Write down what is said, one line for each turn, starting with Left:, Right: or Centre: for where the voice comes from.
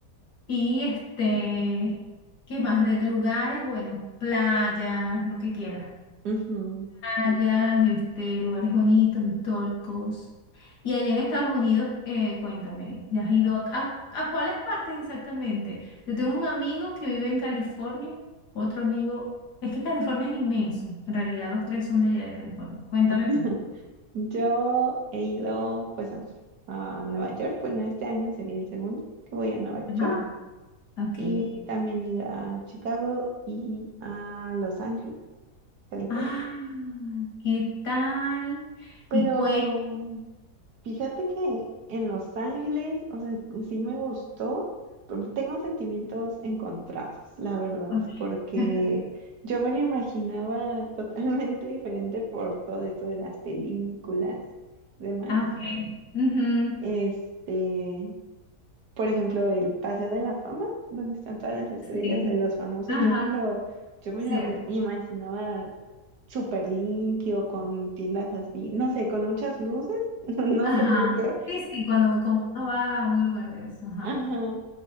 Left: Y este, ¿qué más de lugares? Bueno, playas, lo que quieras
Right: ujú.
Left: playas, este, lugares bonitos, históricos. Y allá en Estados Unidos, eh, cuéntame, ¿ya has ido a, a- a cuáles partes exactamente? Yo tengo un amigo que vive en California, otro amigo, es que California es inmenso, en realidad los tres son de allá de California. Cuéntame
Right: <laughs>
Left: tú.
Right: Yo he ido pues a, a Nueva York, bueno, este año sería el segundo que voy a Nueva
Left: Ajá.
Right: York
Left: Ok.
Right: y también he ido a Chicago y a Los Ángeles, California.
Left: Ah, ¿qué tal?
Right: Pero
Left: Y cuéntame.
Right: Fíjate que en Los Ángeles, o sea, sí me gustó, pero tengo sentimientos encontrados, la verdad,
Left: <laughs>
Right: porque yo me lo imaginaba <laughs> totalmente diferente por todo esto de las películas, demás.
Left: Ok. Ujú,
Right: Este, por ejemplo, el Paseo de la Fama, donde están todas las estrellas
Left: Sí.
Right: de los famosos,
Left: Ajá.
Right: yo me lo, yo me
Left: Cierto.
Right: lo imaginaba súper limpio, con tiendas así, no sé, con muchas luces, <laughs> no
Left: Ajá.
Right: sé por qué.
Left: Sí, sí, cuando como uno va a un lugar de eso, ajá.
Right: Ajá,